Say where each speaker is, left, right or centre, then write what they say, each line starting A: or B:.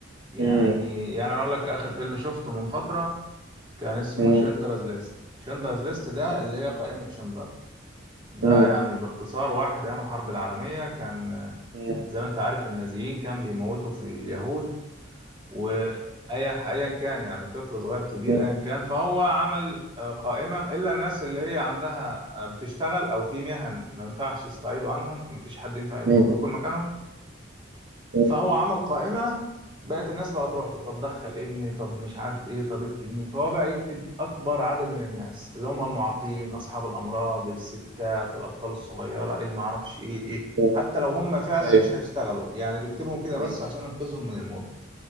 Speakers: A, on the right; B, on the right.
A: يعني
B: مم.
A: يعني انا اقول لك اخر فيلم شفته من فتره كان اسمه
B: مم.
A: شندلرز ليست شندلرز ليست ده
B: تمام.
A: اللي هي قائمه شندلر ده
B: مم.
A: يعني باختصار واحد ايام الحرب العالميه كان آه،
B: مم.
A: زي ما انت عارف النازيين كان بيموتوا في اليهود
B: مم.
A: وايا ايا كان يعني طفل صغير كبير
B: مم.
A: ايا كان فهو عمل آه، قائمه الا الناس اللي هي عندها آه، بتشتغل او في مهن ما ينفعش يستعيضوا عنهم ما فيش حد ينفع يك-
B: مم.
A: يكون مكانهم
B: مم.
A: فهو عمل قائمه بقت الناس بقى تروح له طب دخل ابني طب مش عارف ايه طب اكتب مين فهو بقى يكتب اكبر عدد من الناس اللي هم المعاقين اصحاب الامراض الستات الاطفال الصغيره اللي ما اعرفش ايه ايه
B: مم.
A: حتى لو هم فعلا
B: ايوه
A: مش هيشتغلوا يعني بيكتبهم كده بس
B: مم.
A: عشان ينقذهم من الموت